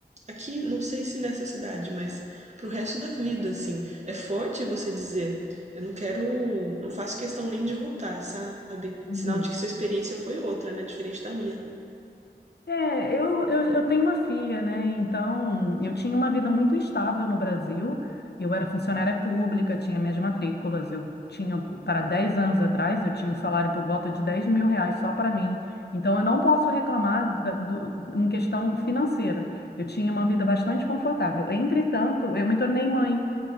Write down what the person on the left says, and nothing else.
Uhum.
É, eu, eu, eu tenho uma filha, né? Então, eu tinha uma vida muito estável no Brasil. Eu era funcionária pública, tinha minhas matrículas. Eu tinha, para 10 anos atrás, eu tinha um salário por volta de dez mil reais só para mim. Então, eu não posso reclamar da- do, em questão financeira. Eu tinha uma vida bastante confortável. Entretanto, eu me tornei mãe.